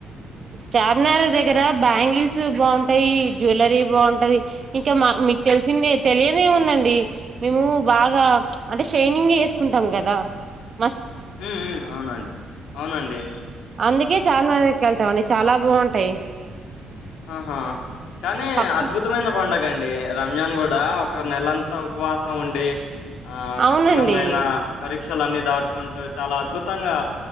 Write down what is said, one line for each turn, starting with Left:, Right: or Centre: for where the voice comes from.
Right: చార్మినార్ దగ్గర బ్యాంగిల్స్ బాగుంటాయి జువలరీ బాగుంటాయి ఇంకా మీకు తెలిసిందే తెలియదేముందండి మేము బాగా అంటే షైనింగ్ వేసుకుంటాం కదా లా
Left: హ్మ్ ఉ అవునండి అవునండి
Right: అందుకే చార్మినార్ దగ్గరకి వెళ్తామండి చాలా బాగుంటాయి
Left: ఆహా కానీ
Right: పక్క
Left: అద్భుతమైనా పండగ అండి రంజాన్ కూడా ఒక నెలంతా ఉపవాసం ఉండి ఆ
Right: అవునండి
Left: కఠినమైన పరీక్షలున్ని దాటుకుంటూ చాలా అద్భుతంగా